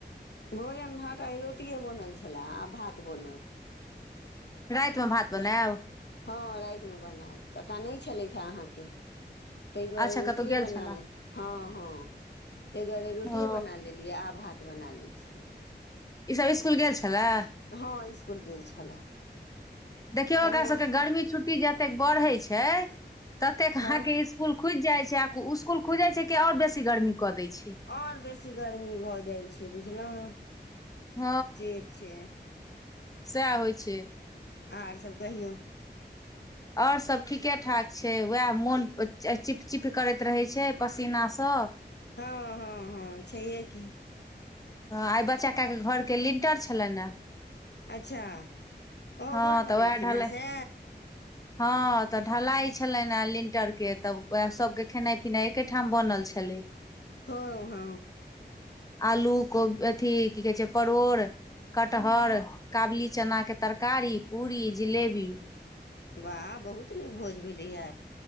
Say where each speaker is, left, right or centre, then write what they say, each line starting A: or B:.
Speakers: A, on the left; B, on the left.
A: भोजन भात आइ रोटिए बनल छले आब भात बनत।
B: राइत मे भात बनेब।
A: सएह हँ राइत मे बनैब कक्का नै छेलैथ हे अहाँकेँ ताहि दुआरे
B: अच्छा
A: रोटि
B: कतहु गेल
A: बना
B: छलए
A: ले ह ह ताहि दुआरे रोटि
B: ओ
A: बना लेली आब भात बना लै छी।
B: ई सभ इसकुल गेल छले
A: ह इसकुल गेल छलए
B: देखियौ
A: कनिया
B: ओकरा सभके गर्मी छुट्टी जतेक बढ़े छै ततेक
A: हँ
B: अहाँकेँ इ इसकुल खुजि जाय छै आ स्सकुल खुज जाय छै के आओर बेसी गर्मी क देय छै
A: ओर बेसी गर्मी भऽ जाइ छै बुझलहुँ
B: ह
A: से छै
B: सएह होइ छै
A: आर सभ कहियौ।
B: आओर सभ ठीके ठाक छै वएह मोन चिपचिप करैत रहै छै पसीना सभ
A: हँ हँ हँ छैए कि
B: आइ बच्चाे केऽ घरके लिंटर छलनि ने
A: अच्छा ओहो
B: हँ
A: घर बनेलखिन
B: तऽ वएह ढलाइ
A: हे से
B: हँ तऽ ढलाई छलनि आ लिंटर के तब उह सभके खेनाइ पिनाय एके ठाम बनल छले
A: ह ह
B: आलू को अथि कि कहै छै परोड़ कटहर काबुली चनाके तरकारी पूरी जिलेबी।
A: वाह बहुत नीक भोज भेले ये।